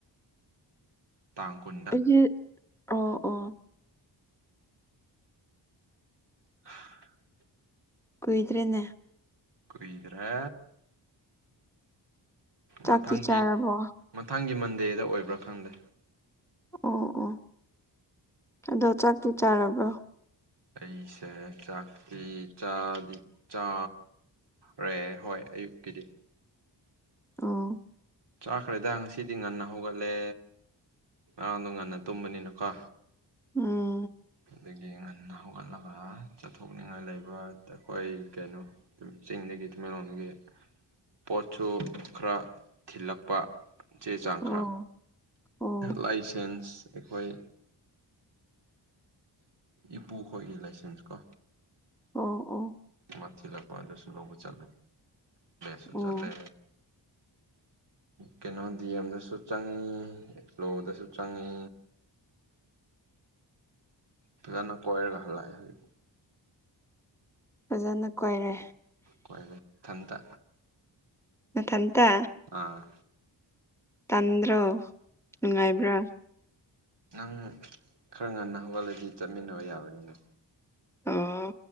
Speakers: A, on the right; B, in the centre.
A: ꯇꯥꯡ ꯀꯨꯟ
B: ꯑꯩꯒꯤ ꯑꯥ ꯑꯥ
A: ꯎ <inaudible>
B: ꯀꯨꯏꯗ꯭ꯔꯦꯅꯦ
A: ꯀꯨꯏꯗ꯭ꯔꯦ
B: ꯆꯥꯛꯇꯤ
A: ꯃꯊꯪꯒꯤ
B: ꯆꯥꯔꯕꯣ
A: ꯃꯊꯪꯒꯤ ꯃꯟꯗꯦꯗ ꯑꯣꯏꯕ꯭ꯔꯥ ꯈꯪꯗꯦ
B: ꯑꯣ ꯑꯣ ꯑꯗꯣ ꯆꯥꯛꯇꯤ ꯆꯥꯔꯕ꯭ꯔꯣ
A: ꯑꯩꯁꯦ ꯆꯥꯛꯇꯤ ꯆꯥꯗꯤ ꯆꯥ ꯂꫭꯏꯔꯦ ꯍꯣꯏ ꯑꯌꯨꯛꯀꯤꯗꯤ
B: ꯑꯣ
A: ꯆꯥꯈ꯭ꯔꯦꯗ ꯉꯁꯤꯗꯤ ꯉꯟꯅ ꯍꯧꯒꯠꯂꯦ ꯉꯔꯥꯡꯗꯣ ꯉꯟꯅ ꯇꯨꯝꯕꯅꯤꯅꯀꯣ
B: ꯎꯝ
A: ꯑꯗꯒꯤ ꯉꯟꯅ ꯍꯧꯒꯠꯂꯒ ꯆꯠꯊꯣꯛꯅꯤꯡꯉꯥꯏ ꯂꯩꯕ ꯑꯩꯈꯣꯏ ꯀꯩꯅꯣ ꯆꯤꯡꯗꯒꯤ ꯇꯃꯦꯡꯂꯣꯡꯗꯒꯤ ꯄꯣꯠꯁꯨ ꯈꯔ ꯊꯤꯜꯂꯛꯄ ꯆꯦ ꯆꯥꯡ
B: ꯑꯣ
A: ꯈꯔ
B: ꯑꯣ
A: ꯂꯥꯏꯁꯦꯟꯁ ꯑꯩꯈꯣꯏ ꯏꯄꯨꯈꯣꯏꯒꯤ ꯂꯥꯏꯁꯦꯟꯁ ꯀꯣ
B: ꯑꯣ ꯑꯣ
A: ꯃꯊꯤꯜꯂꯛꯄ ꯑꯗꯨꯁꯨ ꯂꯧꯕ ꯆꯠꯂꯦ ꯁꯨ
B: ꯑꯣ
A: ꯆꯠꯂꯦ ꯀꯩꯅꯣ ꯗꯤ ꯑꯦꯝꯗꯁꯨ ꯆꯪꯉꯤ ꯂꯣꯗꯁꯨ ꯆꯪꯉꯤ ꯑꯗꯨꯖꯅ ꯀꯣꯏꯔꯒꯍꯂꯥꯏ ꯍꯥꯏ
B: ꯐꯖꯅ ꯀꯣꯏꯔꯦ
A: ꯀꯣꯏꯔꯦ ꯏꯊꯟꯇ
B: ꯅꯊꯟꯇ
A: ꯑꯥ
B: ꯇꯟꯗ꯭ꯔꯣ ꯅꯨꯡꯉꯥꯏꯕ꯭ꯔꯥ
A: ꯅꯪ ꯈꯔ ꯉꯟꯅ ꯍꯧꯒꯠꯂꯗꯤ ꯆꯠꯃꯤꯟꯅꯕ ꯌꯥꯕꯅꯤꯅ
B: ꯑꯥ